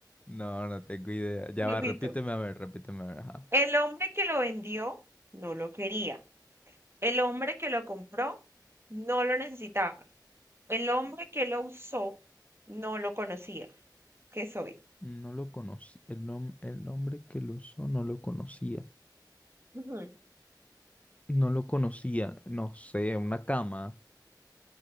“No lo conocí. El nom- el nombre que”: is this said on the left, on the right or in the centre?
Left